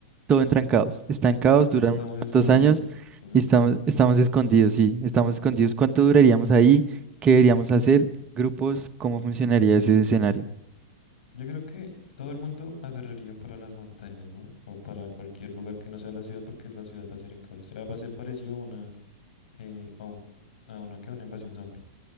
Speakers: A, on the right; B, on the left.
A: todo entra en caos. Está en caos,
B: Y
A: duran
B: estamos
A: unos cuantos
B: escondidos,
A: años
B: estamos
A: y estamos,
B: escondidos.
A: estamos escondidos, sí, estamos escondidos. ¿Cuánto duraríamos ahí? ¿Qué deberíamos hacer? ¿Grupos? ¿Cómo funcionaría ese escenario?
B: Yo creo que todo el mundo agarraría para las montañas, ¿no? O para cualquier lugar que no sea la ciudad, porque la ciudad va a ser en caos. O sea, va a ser parecido a una, eh, a un, a una, ¿qué? una invasión zombie.